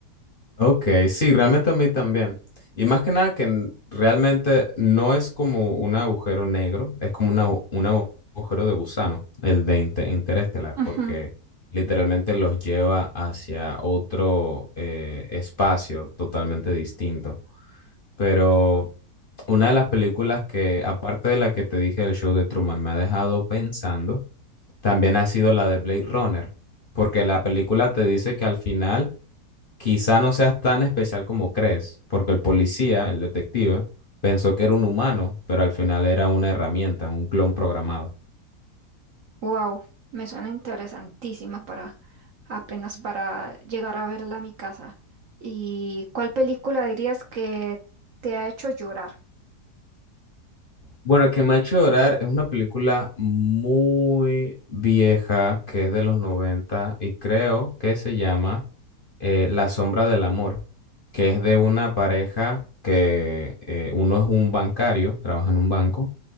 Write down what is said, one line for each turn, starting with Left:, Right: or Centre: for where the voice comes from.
Left: Ok, sí, realmente a mí también. Y más que nada que n- realmente no es como un agujero negro, es como una agu- un agu- agujero de gusano, el de inte- interestelar,
Right: Ujú.
Left: porque literalmente los lleva hacia otro eh, espacio totalmente distinto. Pero una de las películas que, aparte de la que te dije del show de Truman, me ha dejado pensando, también ha sido la de Blade Runner, porque la película te dice que al final Quizá no seas tan especial como crees, porque el policía, el detective, pensó que era un humano, pero al final era una herramienta, un clon programado.
Right: Wow, me suena interesantísima para apenas para llegar a verla a mi casa. ¿Y cuál película dirías que te ha hecho llorar?
Left: Bueno, que me ha hecho llorar es una película muy vieja que es de los 90 y creo que se llama eh, La sombra del amor, que es de una pareja que eh, uno es un bancario, trabaja en un banco